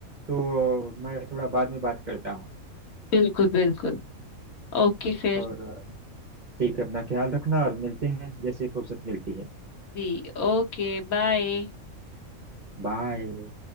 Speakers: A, on the right (about 35°); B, on the left (about 75°).
A: तो मैं थोड़ा बाद में बात करता हूँ
B: बिल्कुल बिल्कुल ओके फिर
A: और ठीक है अपना ख्याल रखना और मिलते हैं जैसे फुर्सत मिलती है
B: जी Okay bye
A: बाय